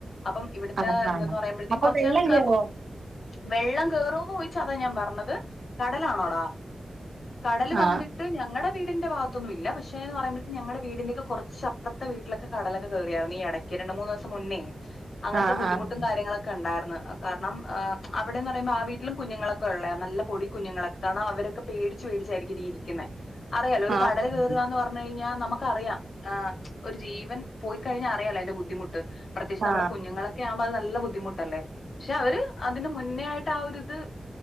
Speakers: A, on the left; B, on the right.
A: അപ്പം ഇവിടുത്തെ
B: ആഹ് ആഹ്
A: ഇതന്ന് പറയുമ്പോഴത്തേ
B: അപ്പൊ
A: കൊറച്ച്
B: വെള്ളം
A: ഞങക്ക്
B: കേറോ
A: വെള്ളം കയറുംന്ന് ചോദിച്ച അതാ ഞാൻ പറഞ്ഞത് കടലാണോടാ കടല് വന്നിട്ട്
B: ആഹ്
A: ഞങ്ങളുടെ വീടിന്റെ ഭാഗത്തൊന്നുമില്ല പക്ഷേന്ന് പറയുമ്പോഴ ഞങ്ങടെ വീടിന്റെക്കെ കുറച്ചപ്പുറത്തെ വീട്ടിലൊക്കെ കടലൊക്കെയറിയായിരുന്നു ഈടക്ക് ക്ക് രണ്ട് മൂന്ന് ദിവസം മുന്നേ അങ്ങനത്തെ
B: ആഹ്
A: ബദ്ധിമുട്ടും
B: ആഹ്
A: കാര്യങ്ങളൊ ക്കെ ഉണ്ടാരുന്നു കാരണം ആഹ് അവിടെന്ന് പറയ്പോ ആ വീട്ടിലും കുഞ്ഞുങ്ങളൊക്കെ ഉള്ളയ നല്ല പൊടി കുഞ്ഞുങ്ങളൊക്കെ കാരണം അവരൊക്ക പേടിച്ച് പേടിച്ചായിരിക്കും ഇതി ഇരിക്കുന്ന അറിയാലോ ഒരു
B: ആഹ്
A: കടല് കേയറുവാന്ന് പറഞ്ഞു കഴിഞ്ഞാൽ നമുക്കറിയാം ആഹ് ഒരു ജീവൻ പോയി കഴിഞ്ഞ അറിയല്ലോ എതിന്റെ ബുദ്ധിമുട്ട് പ്രത്യേകിച്ച്
B: ആഹ്
A: നമ്മുടെ കുഞ്ഞങ്ങള ക്കെ ആവുമ്പോ അത് നല്ല ബുദ്ധിമുട്ടല്ലേ പക്ഷെ അവര് അതിന് മുന്നേ ആയിട്ട് ട്ട് ആരിത്